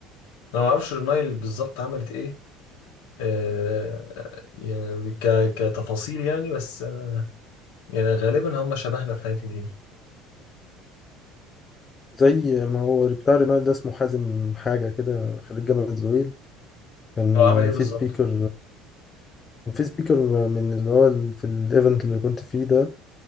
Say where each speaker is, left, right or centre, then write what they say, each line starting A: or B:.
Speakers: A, on the left; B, on the left.
A: أنا ما أعرفش رينايل بالظبط عملت إيه آه، يعني ك- كتفاصيل يعني بس يعني غالبا هم شبهنا في الحاجات دي
B: زي ما هو بتاع رونايل ده اسمه حازم حاجة كده خريج جامعة زويل كان
A: هو عمل ايه بالظبط؟
B: في سبيكر كان في سبيكر من اللي هو ال- في الايفنت اللي كنت فيه ده